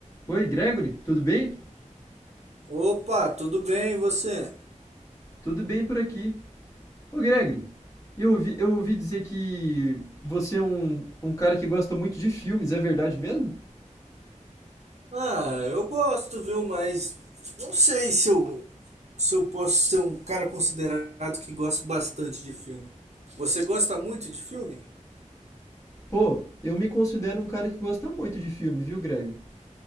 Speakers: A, on the left; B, on the right.
A: Oi, Gregory, tudo bem?
B: Opa, tudo bem, e você?
A: Tudo bem por aqui. Ô, Gregory, eu ouvi, eu ouvi dizer que você é um, um cara que gosta muito de filmes, é verdade mesmo?
B: Ah, eu gosto, viu? Mas não sei se eu, se eu posso ser um cara considerado que gosta bastante de filme. Você gosta muito de filme?
A: Pô, eu me considero um cara que gosta muito de filme, viu, Gregory?